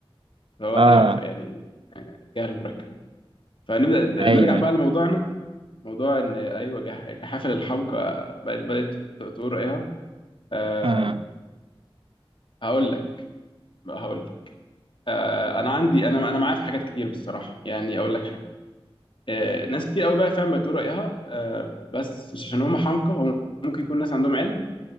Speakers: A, on the left; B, on the right.
A: فهو
B: اه
A: تقريبا ف... يعني آه، جهل مركب يعني. فنبدا
B: ايوه
A: نرجع بقى
B: ايوه
A: لموضوعنا موضوع ان ايوه جح... جحافل الحمقى بدات تقول رايها أه...
B: اه
A: هقول لك هقول لك آه، انا عندي انا انا معايا في حاجات كتير بصراحه يعني اقول لك حاجه آه، ناس كتير قوي بقى فعلا بتقول رايها آه، بس مش عشان هم حمقى هم ممكن يكون ناس عندهم علم